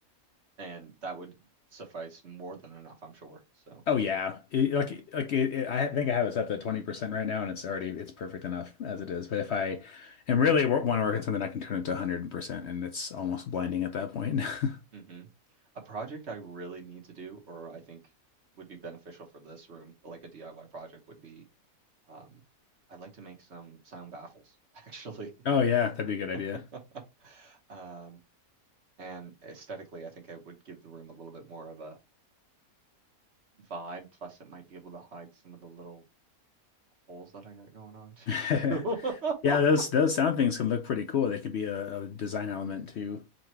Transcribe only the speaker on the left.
Oh yeah, It- like like it, it- I think I have it set to 20% right now, and it's already it's perfect enough as it is. But if I am really want to work on something, I can turn it to 100%, and it's almost blinding at that point. <laughs>
Oh yeah, that'd be a good idea.
<laughs>
Yeah, those those sound things can look pretty cool. They could be a, a design element too.